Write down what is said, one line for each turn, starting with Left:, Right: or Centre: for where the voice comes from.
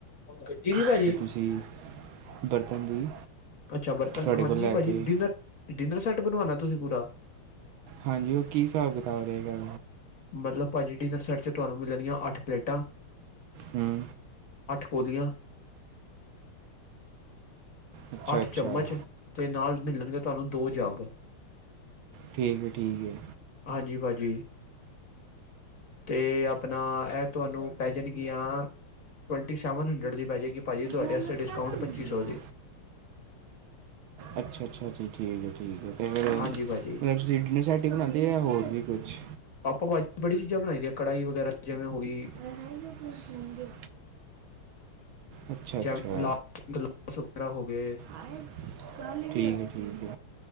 Left: ਗੱਡੀ ਦੀ ਭਾਜੀ
Right: ਅਤੇ ਤੁਸੀਂ ਬਰਤਨ ਦੀ
Left: ਅੱਛਾ, ਬਰਤਨ
Right: ਤੁਹਾਡੇ
Left: ਹਾਂਜੀ
Right: ਕੋਲ ਲੈ
Left: ਭਾਜੀ,
Right: ਕੇ
Left: ਡਿਨਰ ਡਿਨਰ ਸੈੱਟ ਬਣਵਾਣਾ ਤੁਸੀਂ ਪੂਰਾ?
Right: ਹਾਂਜੀ, ਉਹ ਕੀ ਹਿਸਾਬ ਕਿਤਾਬ ਰਹੇਗਾ?
Left: ਮਤਲਬ ਭਾਜੀ ਡਿਨਰ ਸੈਟ ਚ ਤੁਹਾਨੂੰ ਮਿਲਣਗੀਆਂ ਅੱਠ ਪਲੇਟਾਂ
Right: ਹਮ
Left: ਪੋਲੀਆਂ,
Right: ਅੱਛਾ
Left: ਅੱਠ
Right: ਅੱਛਾ
Left: ਚਮਚ ਤੇ ਨਾਲ ਮਿਲਣਗੇ ਤੁਹਾਨੂੰ ਦੋ ਜੱਗ,
Right: ਠੀਕ ਹੈ ਠੀਕ ਹੈ
Left: ਹਾਂਜੀ ਭਾਜੀ‌। ਜੀ, ਤੇ ਅਪਣਾ ਇਹ ਤੁਹਾਨੂੰ ਪੈ ਜਾਣਗੀਆਂ ਟਵੰਟੀ ਸੈਵਨ ਹੰਡਰਡ ਦੀ ਪੈ ਜੇਗੀ ਭਾਜੀ ਤੁਹਾਡੇ
Right: ਹਾਲ
Left: ਆਸਤੇ
Right: ਲੱਤਾਂ
Left: ਡਿਸਕਾਊਂਟ
Right: ਗੰਦੀਆਂ
Left: ਪੱਚੀ ਸੌ ਦੀ।
Right: ਅੱਛਾ ਅੱਛਾ ਜੀ, ਠੀਕ ਹੈ ਠੀਕ। ਅਤੇ ਫੇਰ
Left: ਹਾਂਜੀ ਭਾਜੀ
Right: ਮਲਬ ਤੁਸੀਂ ਡਿਨਰ ਸੈਟ ਹੀ ਬਣਾਦੇ ੳ ਯਾ ਹੋਰ ਵੀ ਕੁਛ?
Left: ਆਪਾਂ ਭਾਜੀ ਬੜੀ ਚੀਜ਼ਾਂ ਬਣਾਈ ਦੀਆਂ ਕੜਾਹੀ ਵਗੈਰਾ ਜਿਵੇਂ ਹੋ ਗੀ
Right: ਰਹਾਈ ਵਿੱਚ ਸੁਣਦੇ ਅੱਛਾ ਅੱਛਾ
Left: ਜੈਵੈ ਗ <unintelligible> ਗਲਸ ਵਗੈਰਾ ਹੋ ਗਏ।
Right: ਆਏ ਠੀਕ ਹੈ ਠੀਕ।